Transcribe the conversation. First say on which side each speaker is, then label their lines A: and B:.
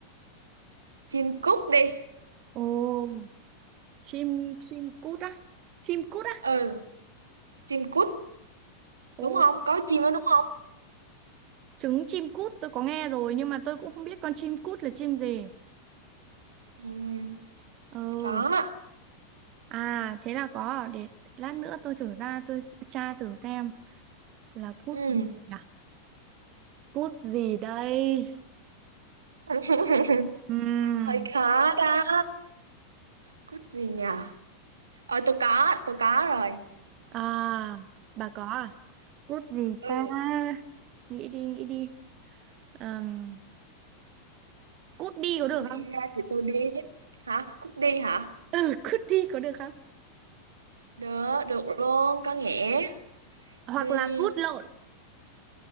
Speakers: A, on the right; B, on the right.
A: chim cút đi
B: ồ chim chim cút á chim cút á
A: ừ chim cút
B: ồ
A: đúng không có chim đó đúng không
B: trứng chim cút tôi có nghe rồi nhưng mà tôi cũng không biết con chim cút là chim gì
A: ừ.
B: ừ
A: Có. ạ.
B: à thế là có để lát nữa tôi thử ra tôi tra thử xem là cút
A: Ừ.
B: gì nhỉ? Cút gì đây?
A: <laughs>
B: Ừm,
A: Hơi khó đó. Cút gì nhờ? Ờ tôi có, tôi có rồi.
B: À, bà có à? Cút gì
A: Ừ,
B: ta? Nghĩ đi, nghĩ đi. Ừm, cút đi có
A: không
B: được
A: nghĩ
B: không?
A: ra thì tôi đi. Hả? Cút đi hả?
B: Ừ, cút đi có được không?
A: Được, được luôn, có nghĩa.
B: Hoặc
A: Đi.
B: là cút lộn.